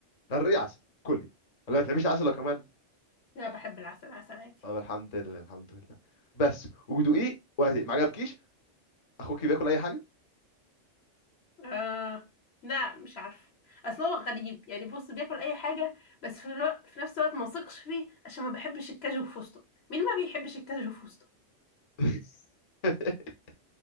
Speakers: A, on the left; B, on the left.
A: غرقيه عسل كلي ولا ما بتحبيش عسل لو كمان
B: لا بحب العسل عسل عادي
A: طب الحمد لله الحمد لله بس ودوقيه وهدي ما عجبكيش اخوكي بياكل اي حاجه
B: آه لا مش عارفة اصل هو غريب يعني بص بياكل اي حاجة بس في, الوقت في نفس الوقت ما ثقش فيه عشان ما بحبش الكاجو وفستق مين ما بيحبش الكاجو وفستق
A: <laughs>